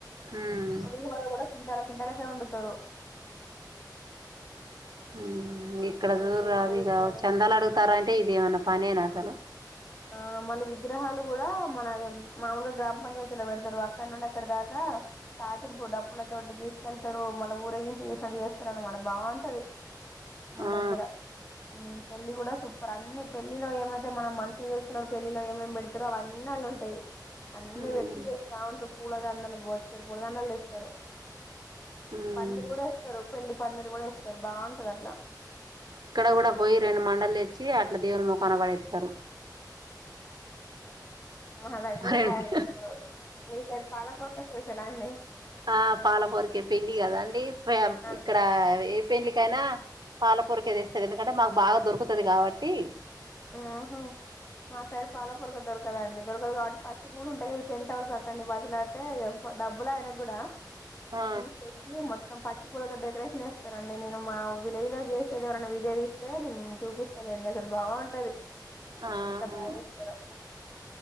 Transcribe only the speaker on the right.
ఉమ్
హు ఇక్కడ జూర్ర
అది
ఇగ చందాలు అడుగుతారంటే ఇదేమన్నా పనేనా తను
ఆ
ఉమ్
ఉమ్
ఇక్కడ కూడా పోయి రెండు మండల్ తెచ్చి అట్ల దేవుని మొఖాన పడే స్తరు
రెండు
ఆ పాలపూరికే పెండ్లి కదాండి ఫ
ఇక్కడ
ఏ పెండ్లికైన పాలపూరికే తెస్తారు ఎందుకంటే మాకు బాగా దొరుకుతది కాబట్టి
ఆ
ఆహా